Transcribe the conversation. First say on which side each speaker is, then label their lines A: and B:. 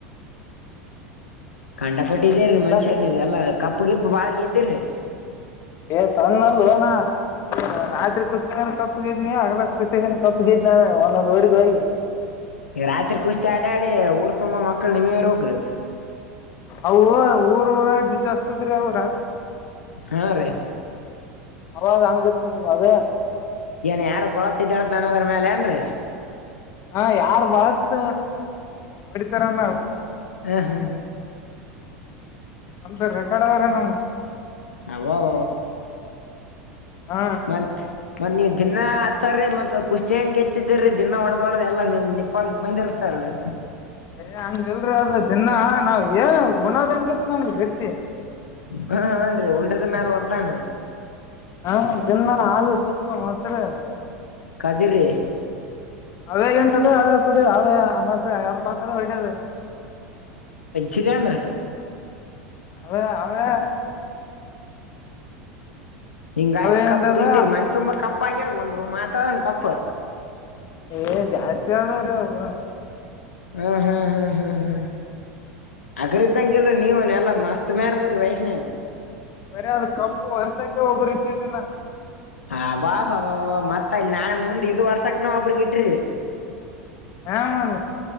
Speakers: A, on the left (about 80°); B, on the left (about 45°).
A: ಕಂಡ ಪಟ್ಟಿದೀರರಿ
B: ಎಲ್ಲ
A: ಮನುಷ್ಯರ್ ನೀ್ ಎಲ್ಲಾ ಕಪ್ಪು ಗಿಪ್ಪು ಬಾಳ ಗೆದ್ದಿರ್ರಿ
B: ಏ ಸಣ್ಣ ಅಲ್ಲನಾ ರಾತ್ರಿ ಕುುಸ್ತಿನ ಕಪ್ಪುಗಿದ್ನಿ ಹಗ್ಲ ಕುಸ್ತಿ ಕಪ್ಪುಗಿದನಿ ಒಂದೊಂದು <unintelligible>
A: ಈಗ ರಾತ್ರಿ ಕುಸ್ತಿ ಆಡ ಆಡಿ ಊರ್ ತುಂಬಾ ಮಕ್ಕಳು ನಿಮಗ <unintelligible>
B: ಅ ಊರ ಊರಾಗ ಜಿಜ್ಸ್ತದ್ರೀ ಅವ
A: ಹಾ ರೀ
B: ಅವಾಗ ಹಂಗಿರ್ತದ ಅದ
A: ಏನ್ ಯಾರ ಬಳತ್ತೇಳ್ತಾನ ಅದ್ರ ಮೇಲೆ ಏನ್ರರಿ
B: ಹ ಯಾರ್ ಬಾತ್ ಹೊಡಿತಾರ ನ್
A: ಹ್ಮ್ ಹ್ಮ್ ಹ
B: ಅಂತ ರೆಕಾರ್ಡ್ ಅವ್ರೆ ನಮ್ಮ
A: ಅಬಬ
B: ಹಾ
A: ಮತ್ ಮತ್ತ್ ನೀವ್ ದಿನಾ ಹತ್ಸರರಿ ಮತ್ ಕುಸ್ತಿ ಹಂಗ ಎತ್ತಿದಿರಿ ದಿನ ಒಡೆದ ಹೊಡದ ಎಲ್ಲ ನಿಪಾ ಬಂದೆ ಇರ್ತಾರಲ್ರಿ
B: ಏ ಹಂಗಲ್ರಿ ಅದ ದಿನ ನಾವ್ ಏ ಉಣದ್ ಹಂಗತ್ ನಮ್ಗ ಗಟ್ಟಿ
A: ಹ ಹನ್ರಿ ಉಂಡದ ಮ್ಯಾಲ ಒದ್ದನ್ರಿ
B: ಹಾ ಜನ್ನ ಆಲು ಅವರ ತುಪ್ಪ ಮೊಸರು
A: ಕಜರ್ರಿ
B: ಅವೇ ಎಂಟದ ಅವೇ ಕುಡದು ಅವೇ ಮಸ್ <unintelligible> ಹಾಕದ ಹೊಡ್ಯದು
A: ಕಿರೇಂದ್ರ
B: ಅವೆ ಅವೇ
A: ಹಿಂಗಾಗಿ
B: ಅವೇ
A: ಕಪ್ಪು
B: ಎಂಡದ
A: ಗೆದ್ದೇರರಿ ಮನ್ ತುಂಬ ಕಪ್ಪ ಆಗ್ಯವ್ರಿ ಒಂದ್ರು ಮಾತ್ದನ್ ಕಪ್ಪ
B: ಏ ಜಾಸ್ತಿ ಯದಾರ ಅವೋಗ
A: ಹಾ ಹಾ ಹಾ ಹಾ ಹಾ ಅಗ್ರಿದ್ದಂಗ ಇಲ್ ನೀವನ್ ಎಲ್ಲಾ ಮಸ್ತ್ ಮ್ಯಾರದರಿ ವಯಸ್ಸಿನಾಗ
B: ಬರಿ ಅ ಕಪ್ಪು ವರ್ಸಕ್ಕೆ ಒಬ್ಬರುರಿ ಇಟ್ಟನಾ
A: <unintelligible> ಮತ್ತ ಇಲ್ಲಿ ನಾಳೆ ಮುಂದೆ ಇದು ವರ್ಷಕ್ಕೆನ ಒಬ್ಬರು ಇಟ್ಟಿರಿ
B: ಹಾ ಮಾಡ